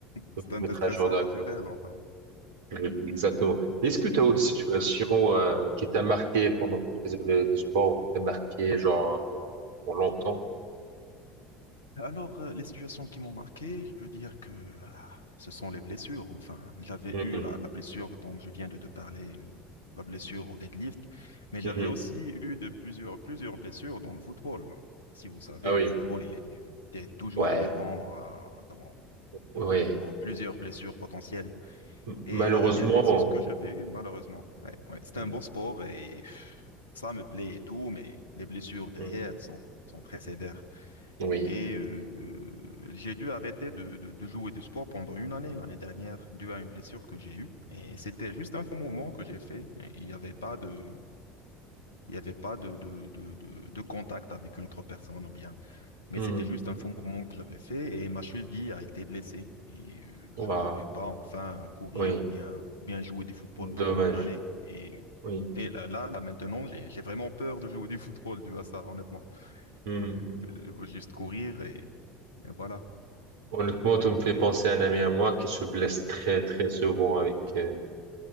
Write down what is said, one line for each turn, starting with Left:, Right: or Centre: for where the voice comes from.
Right: ça
Left: C'est
Right: va te
Left: un déstressant
Right: mettre à jour directement.
Left: naturel enfin.
Right: Oui, Exactement. Est-ce que tu as autre situation euh, qui t'a marqué pendant que tu faisais le- de sport, qui t'a marqué genre pour, pour longtemps?
Left: Alors, euh, les situations qui m'ont marqué, je peux dire que ah, ce sont les blessures. Enfin, j'avais
Right: Mhm.
Left: eu la, la blessure dont je viens de te parler, euh, la blessure au deadlift, mais j'avais
Right: Mhm.
Left: aussi eu de plusieurs, plusieurs blessures dans le football. Si vous savez,
Right: Ah oui,
Left: le football, il est, il est toujours
Right: ouais,
Left: devant, euh, dans,
Right: ouais.
Left: dans plusieurs blessures potentielles.
Right: M-
Left: Et
Right: Malheureusement,
Left: la dernière blessure que j'avais eue, malheureusement, ouais, ouais, c'était
Right: Mhm.
Left: un bon sport et pff, ça me plaît et tout, mais les blessures derrière
Right: Mhm.
Left: sont, sont très sévères.
Right: Oui,
Left: Et euh, j'ai dû arrêter de, de- de jouer du sport pendant une année l'année dernière, dû à une blessure que j'ai eue. Et c'était juste un faux mouvement que j'ai fait. Et Il n'y avait pas de, il y avait pas de, de, de, de, de contact avec une autre personne ou bien. Mais
Right: Mhm.
Left: c'était juste un faux mouvement que j'avais fait et ma cheville a été blessée. Et euh, je
Right: Waouh.
Left: pouvais pas enfin courir
Right: Oui,
Left: ou bien, bien jouer du football pendant
Right: dommage,
Left: une année. Et,
Right: oui.
Left: et là, là, là, maintenant, j'ai, j'ai vraiment peur de jouer du football dû à ça, honnêtement.
Right: Mhm.
Left: Et, je veux juste courir et et voilà.
Right: Honnêtement, tu me fais penser à un ami à moi qui se blesse très très souvent avec euh,